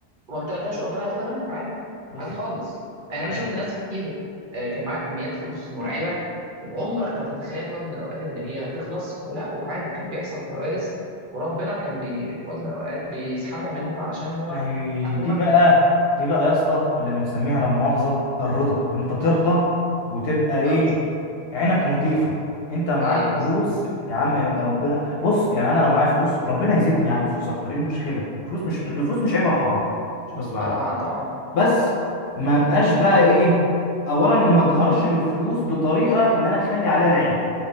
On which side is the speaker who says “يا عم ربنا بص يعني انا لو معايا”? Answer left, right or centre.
Left